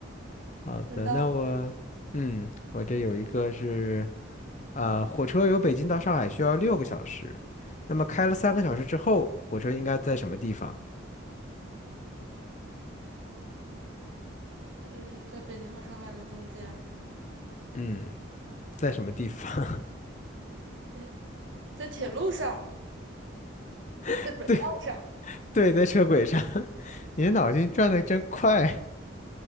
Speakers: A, on the left (about 35°); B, on the right (about 70°).
A: 好的，
B: 嗯，到
A: 那我，嗯，我这有一个是。呃，火车由北京到上海需要六个小时，那么开了三个小时之后，火车应该在什么地方？
B: 嗯，在北京和上海的中间。
A: 嗯，在什么地方？
B: 嗯，嗯在铁路上，
A: <laughs>
B: 在轨道上，
A: 对对，在车轨上。<laughs> 你的脑筋转得真快。